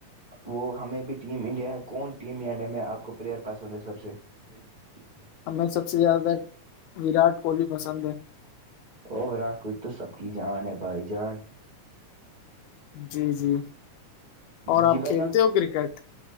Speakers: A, on the right; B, on the left.
A: وہ ہمیں بھی ٹیم انڈیا ہے کون ٹیم ڈیا میں آپ کو پلیئر پسند ہے سب سے جی جی
B: ہمیں سب سے زیادہ وراٹ کوہلی پسند ہے
A: اور ووراٹ کوہلی تو سب کی جان ہے بھائی جان
B: جی جی اور
A: جی
B: آپ
A: بجن
B: کھیلتے ہو کرکٹ